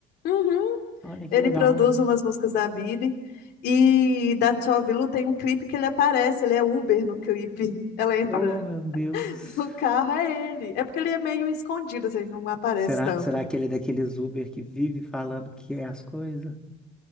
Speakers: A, on the left (about 75°); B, in the centre.
A: Uhum.
B: Olha que
A: Ele
B: legal.
A: produz umas músicas da Billie e da Tove Lo tem um clipe que ele aparece, ele é Uber no clipe. <laughs> Ela entra
B: Oh, meu Deus.
A: no carro, é ele. É porque ele é meio escondido, assim, não aparece
B: Será,
A: tanto.
B: será que ele é daqueles Uber que vive falando que é as coisas?